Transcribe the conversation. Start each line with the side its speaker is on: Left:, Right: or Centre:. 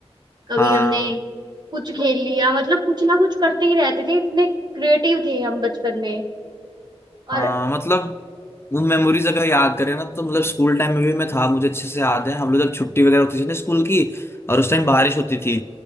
Right: कभी
Left: हाँ
Right: हमने कुछ खेल लिया मतलब कुछ ना कुछ करते ही रहते थे इतने क्रिएटिव थे हम बचपन में और
Left: हाँ मतलब वो मेमोरीज अगर याद करें ना तो मतलब स्कूल टाइम में भी मैं था मुझे अच्छे से याद है हम लोग जब छुट्टी वगैरह होती थी ना स्कूल की और उस टाइम बारिश होती थी